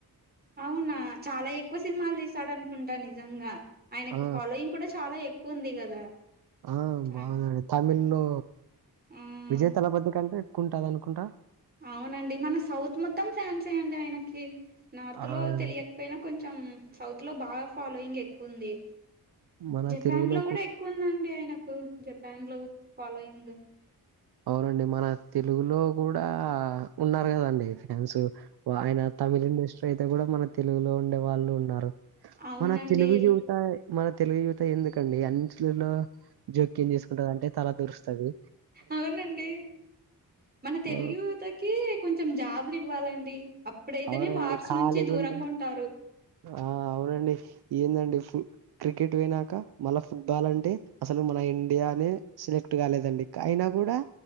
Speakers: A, on the right; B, on the right.
A: అవునా చాలా ఎక్కువ సినిమాలు తీసాడు అనుకుంటా నిజంగా ఆయనకి
B: ఆ
A: ఫాలోయింగ్ కూడా చాలా ఎక్ వ ఉంది కదా
B: ఆ
A: చాన్
B: బాగా అండి తమిళ్ లో
A: మ్మ్
B: విజయ దళపతి అంటే ఎక్కువంటంది అనుకుంటా
A: అవునండి మన సౌత్ మొత్తం ఫ్యాన్స్ ఏ అండి ఆయనకి నార్త్
B: అవునండి
A: లో తెలియకపోయినా కొంచెం సౌత్ లో బాగా ఫాలోయింగ్ ఎక్కువ ఉంది
B: మన
A: జపాన్
B: తెలుగులో
A: లో కూడా ఎక్కువందండి ఆయనకు జపాన్ లో ఫాలోయింగ్
B: అవునండి మన తెలుగులో కూడా ఉన్నారు కదండి ఫ్యాన్స్ ఆయన తమిళ్ ఇండస్ట్రీ అయితే కూడా మన తెలుగులో ఉండే వాళ్ళు ఉన్నారు
A: అవునండి
B: మన తెలుగు మన తెలుగు యువత ఎందుకండి అన్నిట్లలో జోక్యం చేసుకుంటది అంటే తల దురుస్తుంది
A: అవునండి మన తెలుగు
B: ఆ
A: యువత కి కొంచెం జాబ్లు ఇవ్వాలండి అప్పుడైతేనే
B: అవునండి
A: వార్స్
B: ఖాళీగా
A: నుంచి దూరంగా
B: ఉండి
A: ఉంటారు
B: ఆ అవునండి ఏందండి క్రికెట్ పోయినాక మళ్ళా ఫుట్బాల్ అంటే అసలు మన ఇండియానే సెలెక్ట్ కాలేదండి అయినా కూడా